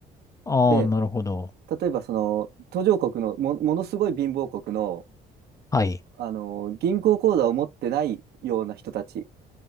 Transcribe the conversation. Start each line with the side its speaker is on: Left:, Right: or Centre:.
Left: ああ、
Right: で、
Left: なるほど。
Right: 例えばその途上国のも、ものすごい貧乏国の、
Left: はい。
Right: あのー銀行口座を持ってないような人たち